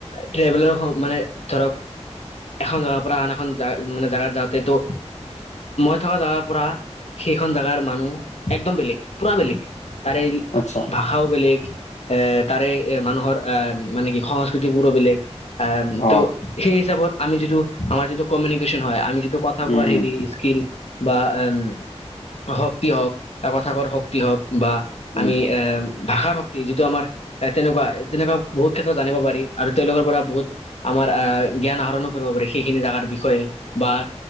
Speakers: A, on the left; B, on the left.
A: ট্ৰেভেলৰ মানে ধৰক এখন জেগাৰ পৰা আন এখন মানে জেগাত যাওঁতেতো মই থকা জেগাৰ পৰা সেইখন জেগাৰ মানুহ একদম বেলেগ পূৰা বেলেগ তাৰে
B: আচ্ছা
A: ভাষাও বেলেগ এ তাৰে মানুহৰ আহ মানে কি সংস্কৃতি বোৰো বেলেগ আহ
B: অ
A: ত সেই হিচাপত আমি যিটো আমাৰ যিটো কমিউনিকেশ্যন হয় আমি যিট টো কথা
B: উম
A: কোৱাৰ
B: উম
A: হেৰি স্কিল বা এম শক্তি হওক এটা কথা কোৱাৰ শক্তি হওক বা
B: উম
A: আমি এ ভাষাৰ শক্তি যিটো আমাৰ এ তেনেকুৱা তেনেকুৱা বহুত ক্ষেত্ৰত জানিব পাৰি আৰু তেওঁলোকৰ পৰা বহুত আম মাৰ আহ জ্ঞান আহৰণো কৰিব পাৰে, সেইখিনি জাগাৰ বিষয়ে, বা